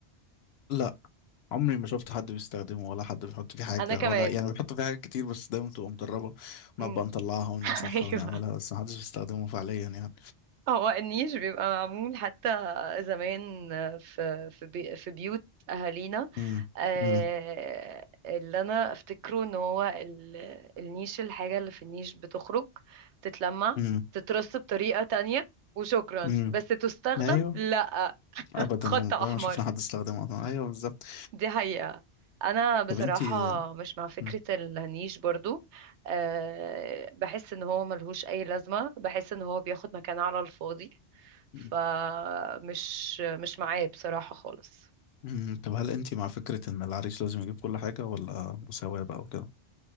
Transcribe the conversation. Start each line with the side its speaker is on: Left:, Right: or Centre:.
Left: لا عمري ما شفت حد بيستخدمه ولا حد بيحط فيه حاجه
Right: انا كمان
Left: ولا يعني بيحط فيه حاجات كتير بس دايما بتبقى متربه ونبقى
Right: امم
Left: نطلعها ونمسحها
Right: <laughs>
Left: ونعملها
Right: ايوه
Left: بس محدش بيستخدمه فعليا يعني
Right: اه هو النيش بيبقى معمول حتى زمان في في بي في بيوت اهالينا
Left: امم
Right: آه،
Left: امم
Right: اللي انا افتكره ان هو ال- النيش الحاجة اللي في النيش بتخرج تتلمع
Left: امم
Right: تترص بطريقة تانية وشكرا
Left: امم
Right: بس تستخدم
Left: ايوه
Right: لا <laughs>
Left: ابدا
Right: خط
Left: عمري
Right: احمر
Left: ما شفنا حد استخدمه اصلا. ايوه بالظبط
Right: دي حقيقة أنا بصراحة
Left: طب انتي
Right: مش مع فكرة
Left: مم.
Right: النيش برضو أه بحس إن هو ملهوش أي لازمة بحس إن هو بياخد مكان على الفاضي فمش
Left: مم.
Right: مش معاه بصراحة خالص
Left: مم. طب هل انت مع فكرة ان العريس لازم يجيب كل حاجة ولا مساواة بقى وكده